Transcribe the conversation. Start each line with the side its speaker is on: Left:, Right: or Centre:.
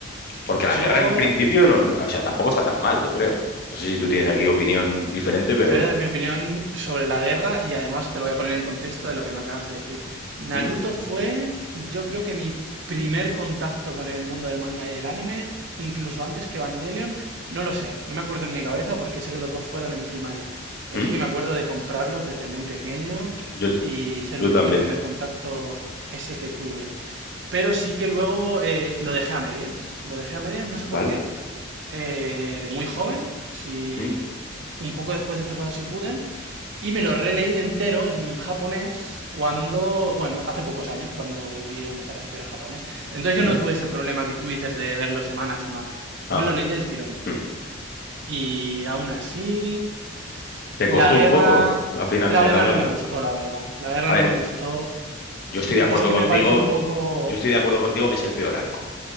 Left: Porque la
Right: yo
Left: guerra en principio no, no- o sea, tampoco está tan mal, yo creo. No sé si tú tienes aquí
Right: te-
Left: opinión diferente, pero
Right: Te voy a dar mi opinión sobre la guerra y además te lo voy a poner en contexto de lo que me acabas de decir. Naruto
Left: ¿Mm?
Right: fue, yo creo que mi primer contacto con el mundo del manga y del anime, incluso antes que Evangelion, no lo sé, no me acuerdo en mi cabeza porque sé que los dos fueron en primaria, pero
Left: ¿Mm?
Right: sí que me acuerdo de comprarlos desde muy pequeño
Left: Yo, t-
Right: y ser
Left: yo
Right: un
Left: también,
Right: poco el primer contacto ese que tuve. Pero sí que luego eh, lo dejé a medias, lo dejé a medias, no sé
Left: ¿vale?
Right: por qué, eh, de muy joven, si
Left: ¿Mm?
Right: un poco después de empezado Si puden y me lo releí entero en japonés cuando, bueno, hace pocos años, cuando volví a empezar a estudiar japonés. Entonces
Left: ¿Vale?
Right: yo no tuve ese problema que tú dices de verlo semana a semana. Yo
Left: Ah,
Right: me lo leí del tirón.
Left: ¿Mm?
Right: Y aún así,
Left: ¿Te
Right: la
Left: costó
Right: guerra,
Left: un poco al final
Right: la
Left: eh,
Right: guerra
Left: la guerra?
Right: no me gustó, la verdad. La guerra
Left: A ver,
Right: no me gustó.
Left: yo estoy de acuerdo
Right: Es que
Left: contigo,
Right: me parece un poco
Left: yo estoy de acuerdo contigo que es el peor arco,